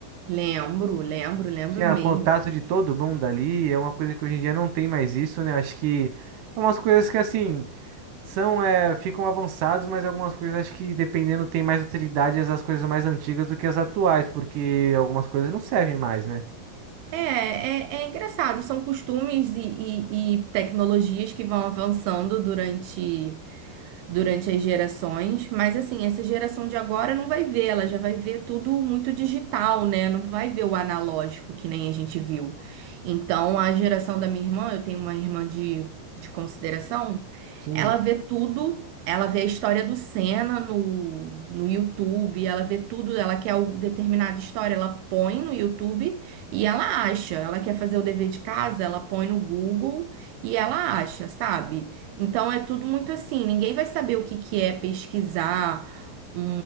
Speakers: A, on the right; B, on the right.
A: lembro, lembro, lembro
B: Tinha
A: mesmo.
B: contato de todo mundo ali, é uma coisa que hoje em dia não tem mais isso, né? Eu Acho que é umas coisas que assim são é, ficam avançados, mas algumas coisas acho que dependendo tem mais utilidade as as coisas mais antigas do que as atuais, porque algumas coisas não servem mais, né?
A: É, é, é engraçado, são costumes e, e e tecnologias que vão avançando durante durante as gerações, mas assim, essa geração de agora não vai ver, ela já vai ver tudo muito digital, né? Não vai ver o analógico que nem a gente viu. Então, a geração da minha irmã, eu tenho uma irmã de, de consideração,
B: sim
A: ela vê tudo. Ela vê a história do Senna no, no YouTube, ela vê tudo, ela quer o- determinada história, ela põe no YouTube e ela acha. Ela quer fazer o dever de casa, ela põe no Google e ela acha, sabe? Então é tudo muito assim, ninguém vai saber o que que é pesquisar um,